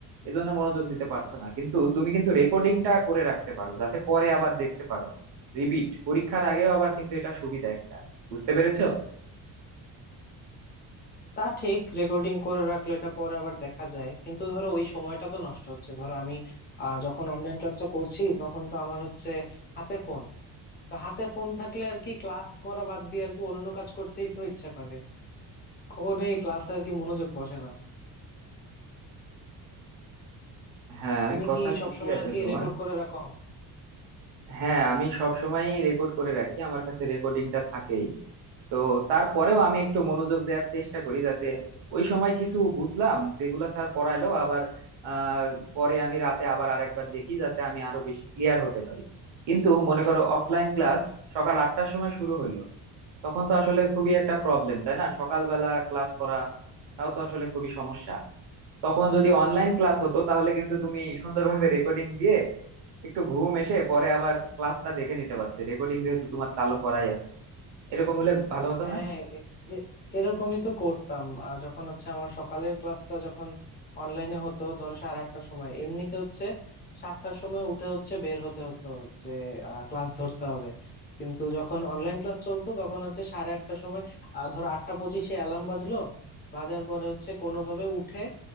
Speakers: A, on the right (about 90°); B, on the left (about 25°).
A: এজন্য মনোযোগ দিতে পারছো না কিন্তু তুমি কিন্তু রেকর্ডিংটা করে রাখতে পারো যাতে পরে আবার দেখতে পারো রিপিট পরীক্ষার আগেও আবার কিন্তু এটা সুবিধা একটা বুঝতে পেরেছো
B: তা ঠিক রেকর্ডিং করে রাখলে এটা পরে আবার দেখা যায় কিন্তু ধরো ওই সময়টা তো নষ্ট হচ্ছে ধরো আমি আহ, যখন অনলাইন ক্লাসটা করছি তখন তো আমার হচ্ছে হাতে ফোন তো হাতে ফোন থাকলে আর কি ক্লাস করা বাদ দিয়ে আর কি অন্য কাজ করতেই তো ইচ্ছা করে কখনোই ক্লাসে আর কি মনোযোগ বসে না
A: হ্যাঁ
B: তুমি
A: কথা
B: কি
A: ঠিকই
B: সবসময়
A: আছে
B: আর কি
A: তোমার
B: রেকর্ড করে রাখো
A: হ্যাঁ আমি সব সময় রেকর্ড করে রাখি আমার কাছে রেকর্ডিংটা থাকেই তো তারপরেও আমি একটু মনোযোগ দেওয়ার চেষ্টা করি যাতে ওই সময় কিছু বুঝলাম যেগুলো স্যার পড়াইলো আবার আহ পরে আমি রাতে আবার আর একবার দেখি যাতে আমি আরো বেশি ক্লিয়ার হতে পারি কিন্তু মনে করো অফলাইন ক্লাস সকাল আটটার সময় শুরু হলো তখন তো আসলে খুবই একটা প্রবলেম তাই না সকালবেলা ক্লাস করা তাও তো আসলে খুবই সমস্যা তখন যদি অনলাইন ক্লাস হতো তাহলে কিন্তু তুমি সুন্দরভাবে রেকর্ডিং দিয়ে একটু ঘুম এসে পরে আবার ক্লাসটা দেখে নিতে পারতে রেকর্ডিং যেহেতু তোমার চালু করাই আছে এরকম হলে ভালো হতো
B: হ্যাঁ
A: না
B: হ্যাঁ এ- এ- এরকমই তো করতাম আহ, যখন হচ্ছে আমার সকালের ক্লাসটা যখন অনলাইনে হতো ধরো সাড়ে আটটার সময় এমনিতে হচ্ছে সাতটার সময় উঠে হচ্ছে বের হতে হতো যে ক্লাস ধরতে হবে কিন্তু যখন অনলাইন ক্লাস চলতো তখন হচ্ছে সাড়ে আটটার সময় আহ, ধরো আটটা পঁচিশে অ্যালার্ম বাজলো বাজার পরে হচ্ছে কোনোভাবে উঠে